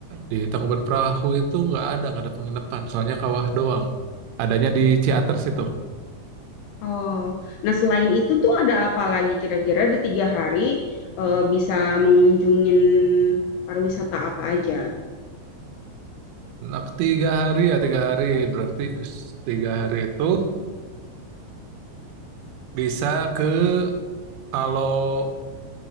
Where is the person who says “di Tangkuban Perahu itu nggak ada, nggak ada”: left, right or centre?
Right